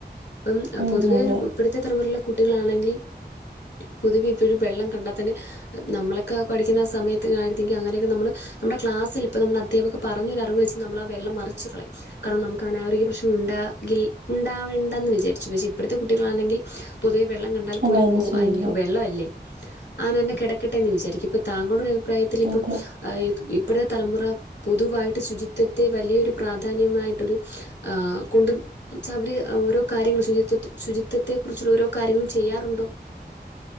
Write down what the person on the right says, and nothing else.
ഉം
അതെ
അങ്ങനെ
ചെയ്യില്ല
അതെ